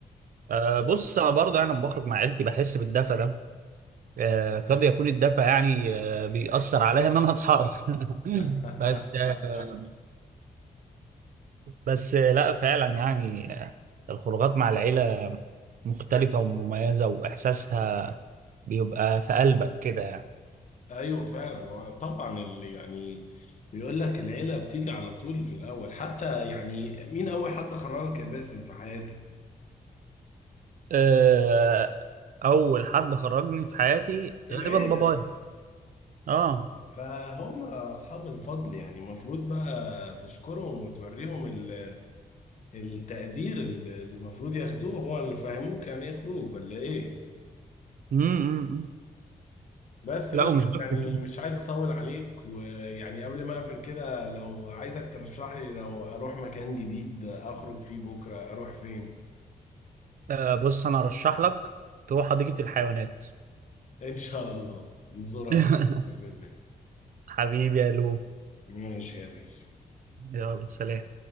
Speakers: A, on the right (about 70°); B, on the left (about 55°).
A: آه بص انا برضه انا لما بخرج مع عيلتي بحس بالدفى ده آه، قد يكون الدفع يعني آه، بيأثر عليها إن أنا أتحرك <laughs>
B: <laughs>
A: بس آه، بس آه، لا فعلا يعني آه، الخروجات مع العيلة مختلفة ومميزة وإحساسها بيبقى في قلبك كده يعني
B: ايوه فعلا هو طبعا اللي يعني بيقول لك العيله بتيجي على طول في الاول حتى يعني مين اول حد خرجك يا باسم في حياتك
A: آه، أول حد خرجني في حياتي
B: العيله
A: غالبا بابايا آه
B: فهم اصحاب الفضل يعني المفروض بقى تشكرهم وتوريهم ال- التقدير اللي المفروض ياخدوه هو اللي فهموك يعني ايه خروج ولا ايه
A: امم
B: بس
A: لا
B: بس
A: ومش بس
B: يعني
A: كده
B: مش عايز اطول عليك ويعني قبل ما اقفل كده لو عايزك ترشح لي لو اروح مكان جديد اخرج فيه بكره اروح فين
A: آه، بص أنا أرشح لك تروح حديقة الحيوانات
B: ان شاء الله نزورها
A: <laughs>
B: بكره باذن الله
A: حبيبي يا لو
B: ماشي يا باسم
A: يلا سلام